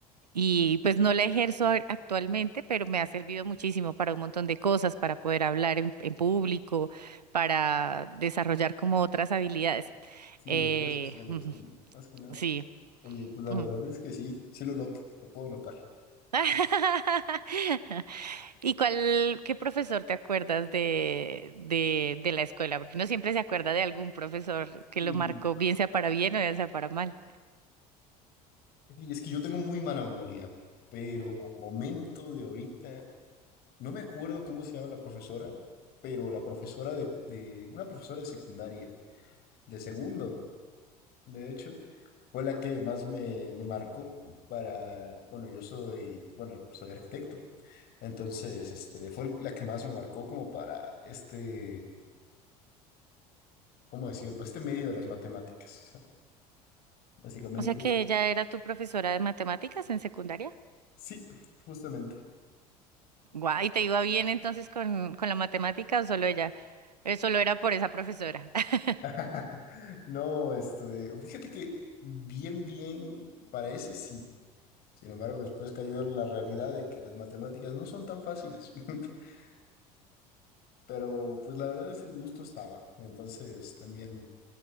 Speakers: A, on the right; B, on the left.
A: Y pues no la ejerzo a- actualmente, pero me ha servido muchísimo para un montón de cosas, para poder hablar en, en público, para desarrollar como otras habilidades.
B: Sí,
A: Eh,
B: habilidades sociales,
A: ujú,
B: ¿no? Más que nada.
A: sí.
B: Oye, pues la verdad
A: ujú.
B: es que sí, sí lo noto, lo puedo notar.
A: <laughs> ¿Y cuál, qué profesor te acuerdas de, de, de la escuela? Porque uno siempre se acuerda de algún profesor que
B: Mm,
A: lo marcó, bien sea para bien o bien sea para mal.
B: Y es que yo tengo muy mala memoria, pero a momento de ahorita No me acuerdo cómo se llama la profesora, pero la profesora de, de una profesora de secundaria, de segundo, de hecho, fue la que más me, me marcó para, bueno, yo soy, bueno, soy arquitecto, entonces, este, fue la que más me marcó como para este, ¿cómo decirlo? Este medio de las matemáticas, o sea, básicamente.
A: O sea que ella era tu profesora de matemáticas en secundaria.
B: Sí, justamente.
A: Guau, ¿y te iba bien entonces con, con la matemática o solo ella? Eh, solo era por esa profesora. <laughs>
B: <laughs> No, este, fíjate que bien, bien, para ese sí. Sin embargo, después cayó la realidad de que las matemáticas no son tan fáciles, <laughs> pero pues la verdad es que el gusto estaba, entonces también